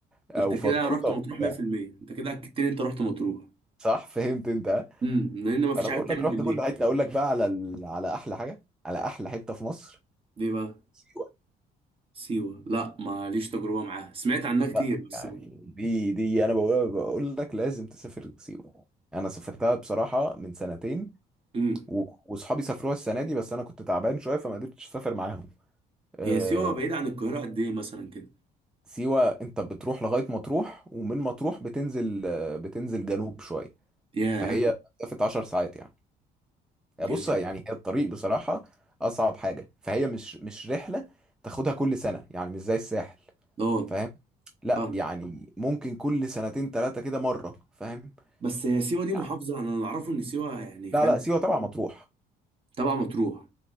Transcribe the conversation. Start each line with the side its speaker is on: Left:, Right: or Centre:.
Centre: او
Right: انت
Centre: فطوطة
Right: كده رحت
Centre: وبتاع
Right: مطروح 100% انت كده اكدت لي انت رحت مطروح
Centre: صح فهمت انت ها؟
Right: امم لان ما فيش
Centre: انا
Right: حاجه
Centre: بقول
Right: تعمل
Centre: لك رحت
Right: بالليل
Centre: كل حتة اقول لك بقى على ال... على احلى حاجة على احلى حتة في مصر
Right: ليه بقى
Centre: سيوة
Right: سيوه لا ماليش تجربه معاها سمعت عنها كتير
Centre: لا
Right: بس
Centre: يعني دي دي انا بقول بقول لك لازم تسافر سيوة انا سافرتها بصراحة من سنتين
Right: امم
Centre: و- وصحابي سافروها السنه دي بس انا كنت تعبان شويه فما قدرتش اسافر معاهم آه،
Right: هي سيوة بعيدة عن القاهرة قد إيه مثلا كده؟
Centre: سيوه انت بتروح لغايه مطروح ومن مطروح بتنزل آه، بتنزل جنوب شويه
Right: ياه
Centre: فهي مسافه 10 ساعات يعني آه،
Right: دي
Centre: بص يعني هي الطريق بصراحه اصعب حاجه فهي مش مش رحله تاخدها كل سنه يعني مش زي الساحل
Right: اه
Centre: فاهم لا
Right: فاهم
Centre: يعني ممكن كل سنتين ثلاثه كده مره فاهم
Right: بس هي سيوة دي محافظة
Centre: يعني
Right: أنا اللي أعرفه إن سيوة يعني فاهم
Centre: لا لا سيوه تبع مطروح
Right: تبع مطروح